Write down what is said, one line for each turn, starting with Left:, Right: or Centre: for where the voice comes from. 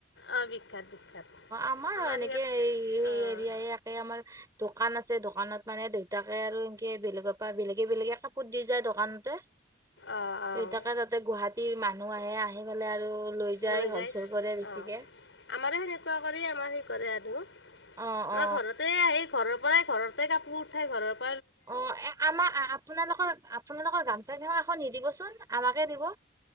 Left: অঁ বিখ্যাত বিখ্যাত।
Right: আমাৰো
Left: আমাৰ
Right: এনেকে
Left: ইয়াত
Right: এই এই
Left: অঁ
Right: এৰিয়া একে আমাৰ দোকান আছে দোকানত মানে দেউতাকে আৰু এনকে বেলেগৰ পৰা বেলেগে বেলেগে কাপোৰ দি যায় দোকানতে।
Left: অঁ অঁ
Right: দেউতাকে তাতে গুৱাহাটীৰ মানুহ আহে, আহি পেলাই আৰু
Left: লৈ
Right: হলচেল
Left: যায়,
Right: কৰে বেছিকে
Left: অ', আমাৰো সেনেকুৱা কৰি আমাৰ সেই কৰে আৰু।
Right: অ
Left: মই
Right: অ
Left: ঘৰতে আহি ঘৰৰ পৰাই ঘৰতে কাপোৰ উঠাই ঘৰৰ প
Right: অ', এ, আমাৰ আপোনালোকৰ আপোনালোকৰ গামচাই <unintelligible> অ', নিদিবচোন, আমাকে দিব।